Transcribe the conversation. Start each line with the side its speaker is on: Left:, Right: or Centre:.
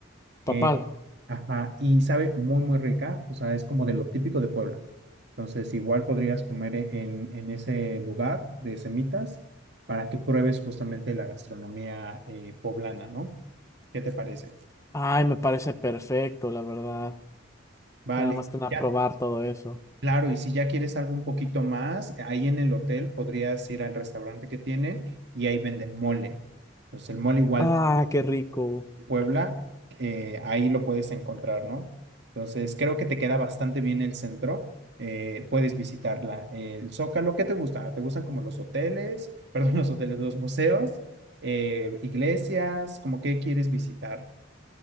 Left: papalo.
Right: Eh, ajá, y sabe muy, muy rica, o sea, es como de lo típico de Puebla. Entonces, igual podrías comer e- en, en ese lugar de semitas para que pruebes justamente la gastronomía eh, poblana, ¿no? ¿Qué te parece?
Left: Ay, me parece perfecto, la verdad.
Right: Vale.
Left: Nada más que nada
Right: Ya
Left: probar todo eso.
Right: Claro, y si ya quieres algo un poquito más, ahí en el hotel podrías ir al restaurante que tienen y ahí venden mole. Entonces el mole igual
Left: Ah, qué rico.
Right: de Puebla, eh, ahí lo puedes encontrar, ¿no? Entonces creo que te queda bastante bien el centro. eh, puedes visitarla. El Zócalo, ¿qué te gusta? ¿Te gustan como los hoteles, <laughs> perdón, los hoteles, los museos, eh, iglesias? ¿Cómo qué quieres visitar?